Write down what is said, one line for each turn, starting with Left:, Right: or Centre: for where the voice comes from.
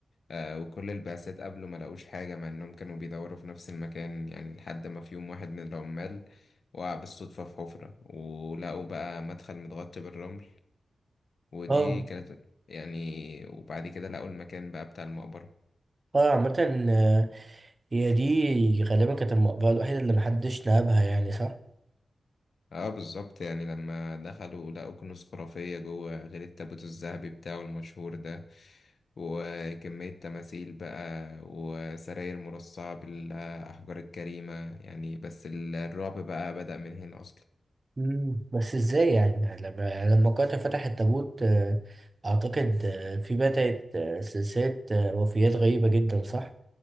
Left: آه، وكل البعثات قبله ما لقوش حاجة مع إنهم كانوا بيدوروا في نفس المكان يعني لحد ما في يوم واحد من العمال وقع بالصدفة في حفرة ولقوا بقى مدخل متغطي بالرمل ودي
Right: اه
Left: كانت يعني وبعد كده لقوا المكان بقى بتاع المقبرة
Right: اه عامه آه، هي دي غالبا كانت المقبره الوحيده اللي محدش نابها يعني صح
Left: اه بالظبط يعني لما دخلوا لقوا كنوز خرافية جوه غير التابوت الذهبي بتاعه المشهور ده وكمية تماثيل بقى وسراير مرصعة بالأحجار الكريمة يعني بس الرعب بقى بدأ من هنا أصلا
Right: مم. بس ازاي يعني يعني لما لما قاتل فتح التابوت آه، اعتقد آه، في بدات آه، سلسله آه، وفيات غريبه جدا صح